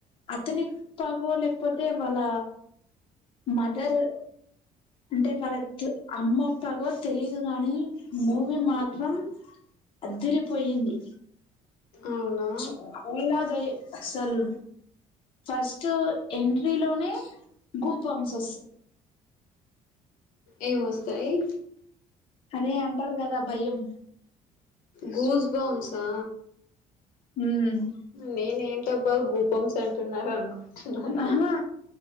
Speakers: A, on the left (about 40°); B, on the left (about 80°).
A: అతని పగవ లేకపోతే వాళ్ళ మదర్ అంటే వాళత్ అమ్మ పగో తెలిదు గాని మూవీ మాత్రం అదిర పోయింది
B: అవునా
A: చాలా అసలు ఫస్ట్ ఎంట్రీ లోనే గూస్ బమ్స్
B: ఏ మస్త ఏయి
A: అదే అంటారు కదా భయం
B: గూస్ బామ్సా
A: హ్మ్మ్
B: నేనే ఏంటబ్ బా గూపమ్స్ అంటున్నారు అనుకుంటున్నాను
A: ఆహా